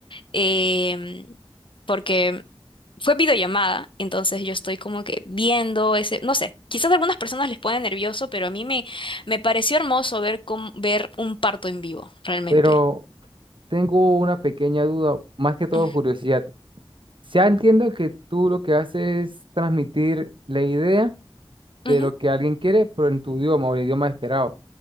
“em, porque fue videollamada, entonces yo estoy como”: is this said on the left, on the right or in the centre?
Left